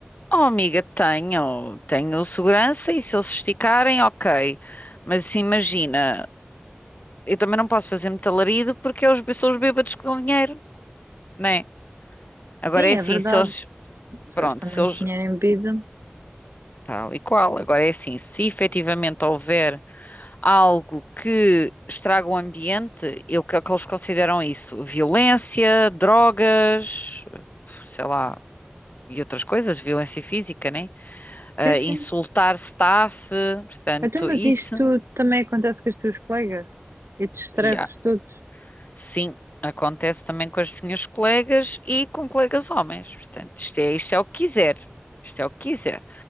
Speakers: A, on the left; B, on the right.
A: Oh, amiga, tenho, tenho segurança e se eles se esticarem, ok. Mas assim, imagina, eu também não posso fazer muito alarido porque é os, são os bêbados que dão dinheiro, né? Agora
B: Sim,
A: é assim,
B: é verdade.
A: se eles,
B: Eles
A: pronto,
B: gastam
A: se
B: muito
A: eles,
B: dinheiro em bebida.
A: tal e qual, agora é assim, se efetivamente houver algo que estraga o ambiente, eu, que é que eles consideram isso? Violência, drogas, sei lá, e outras coisas, violência física, né? Ah,
B: Sim, sim.
A: insultar staff, portanto,
B: Então, mas
A: isso.
B: isto também acontece com os teus colegas? E te estresses
A: E há-
B: todos?
A: sim, acontece também com as minhas colegas e com colegas homens. Portanto, isto é, isto é o que quiser. Isto é o que quiser.